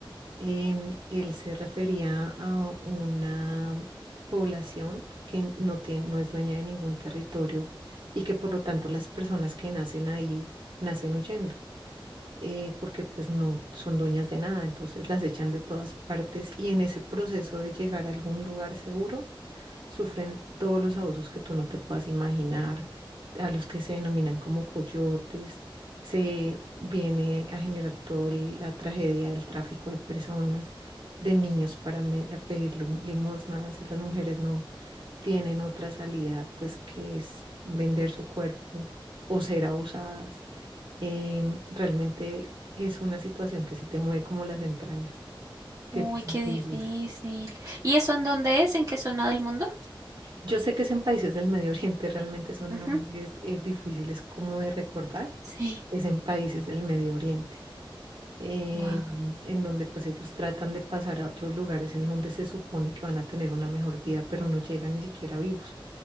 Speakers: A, on the right (about 65°); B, on the right (about 40°).
A: em, él se refería a una población que no tiene, no es dueña de ningún territorio y que por lo tanto las personas que nacen ahí nacen huyendo eh, porque pues no son dueñas de nada, entonces las echan de todas partes y en ese proceso de llegar a algún lugar seguro, sufren todos los abusos que tú no te puedas imaginar, a los que se denominan como coyotes, se viene a generar toda la tragedia del tráfico de personas, de niños para me- a pedir lim- limosna, a veces las mujeres no tienen otra salida, pues que es vender su cuerpo o ser abusadas. Em, realmente es una situación que sí te mueve como las entrañas,
B: Uy,
A: que te sensibiliza.
B: qué difícil. ¿Y eso en dónde es? ¿En qué zona del mundo?
A: Yo sé que es en países del Medio Oriente realmente son
B: Ujú.
A: nombres eh, difíciles como de recordar,
B: Sí.
A: es en países del Medio Oriente, eh,
B: Guau.
A: en donde pues ellos tratan de pasar a otros lugares en donde se supone que van a tener una mejor vida, pero no llegan ni siquiera vivos.